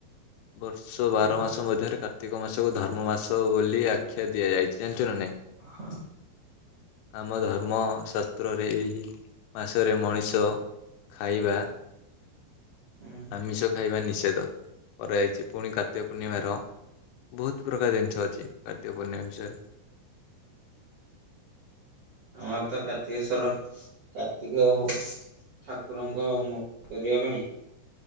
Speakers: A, on the left; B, on the right.
A: ବର୍ଷ ବାର
B: ହଁ
A: ମାସ ମଧ୍ୟରେ କାର କାର୍ତ୍ତିକ ମାସକୁ ଧର୍ମ ମାସ ବୋଲି ଆଖ୍ୟା ଦିଆଯାଇଚି, ଜାଣିଚୁ ନା ନାଇଁ?
B: ହଁ।
A: ଆମ ଧର୍ମଶାସ୍ତ୍ରରେ, ଏହି ମାସରେ ମଣିଷ ଖାଇବା
B: ହୁଁ
A: ଆମିଷ ଖାଇବା ନିଷେଧ କରାଯାଇଚି, ପୁଣି କାର୍ତିକ ପୂର୍ଣ୍ଣିମାର ବହୁତ ପ୍ରକାର ଜିନିଷ ଅଛି, କାର୍ତ୍ତିକ ପୂର୍ଣ୍ଣିମା ବିଷୟରେ
B: ଆମର ତ କାର୍ତ୍ତିକେଶ୍ଵର କାର୍ତ୍ତିକ ଠାକୁରଙ୍କ ମୂର୍ତ୍ କରିବା ପାଇଁ